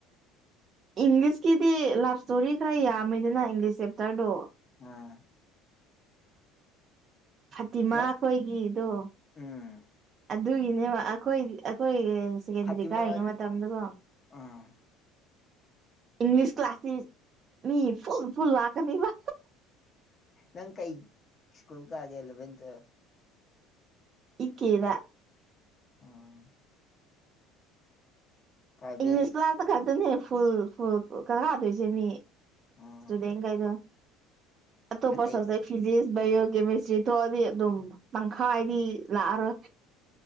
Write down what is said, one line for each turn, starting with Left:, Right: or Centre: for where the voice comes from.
Right: ꯏꯪꯂꯤꯁꯀꯤꯗꯤ ꯂꯞ ꯁ꯭ꯇꯣꯔꯤ ꯈꯔ ꯌꯥꯝꯃꯦꯗꯅ ꯏꯪꯂꯤꯁ ꯆꯦꯞꯇꯔꯗꯣ꯫
Left: ꯑꯥ
Right: ꯐꯇꯤꯃꯥ
Left: ꯅꯪ
Right: ꯑꯩꯈꯣꯏꯒꯤꯗꯣ
Left: ꯎꯝ
Right: ꯑꯗꯨꯒꯤꯅꯦꯕ ꯑꯈꯣꯏ ꯑꯈꯣꯏꯒꯤ ꯔꯦꯟꯁ ꯁꯦꯀꯦꯟꯗꯔꯤ
Left: ꯐꯥꯇꯤꯃꯥ
Right: ꯀꯥꯔꯤꯉꯩ ꯃꯇꯝꯗꯀꯣ
Left: ꯑꯥ
Right: ꯏꯪꯂꯤꯁ ꯀ꯭ꯂꯥꯁ ꯇꯤ ꯃꯤ ꯐꯨꯜ ꯐꯨꯜ ꯂꯥꯛꯀꯅꯤꯕ꯫
Left: ꯅꯪ ꯀꯩ ꯁ꯭ꯀꯨꯜ ꯀꯥꯒꯦ ꯑꯦꯂꯕꯦꯟ ꯇꯨꯋꯦꯜꯕ꯫
Right: ꯏ ꯀꯦꯗ
Left: ꯑꯥ ꯄ꯭ꯔꯥꯏꯚꯦꯠ
Right: ꯏꯪꯂꯤꯁ ꯀ꯭ꯂꯥꯁꯇ ꯈꯛꯇꯅꯦ ꯐꯨꯜ ꯐꯨꯜ ꯀꯥꯗꯣꯏꯁꯦ ꯃꯤ꯫
Left: ꯎꯝ
Right: ꯁ꯭ꯇꯨꯗꯦꯟꯒꯩꯗꯣ꯫ ꯑꯇꯣꯞꯄ
Left: ꯑꯇꯩꯒꯤ
Right: ꯁꯕꯖꯦꯛ ꯐꯤꯖꯤꯛꯁ ꯕꯥꯏꯌꯣ ꯀꯦꯃꯤꯁꯇ꯭ꯔꯤ ꯊꯣꯛꯑꯗꯤ ꯑꯗꯨꯝ ꯇꯪꯈꯥꯏꯗꯤ ꯂꯥꯛꯑꯔꯣꯏ꯫